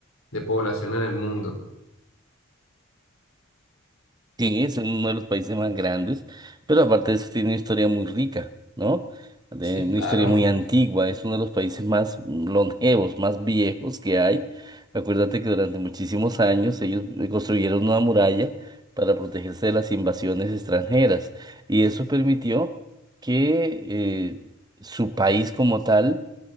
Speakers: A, on the left; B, on the right.
A: de población en el mundo.
B: Sí, es uno de los países más grandes, pero aparte de eso tiene una historia muy rica, ¿no? De-
A: Sí,
B: una
A: claro.
B: historia muy antigua, es uno de los países más longevos, más viejos que hay. Acuérdate que durante muchísimos años ellos eh, construyeron una muralla para protegerse de las invasiones extranjeras y eso permitió que eh, su país como tal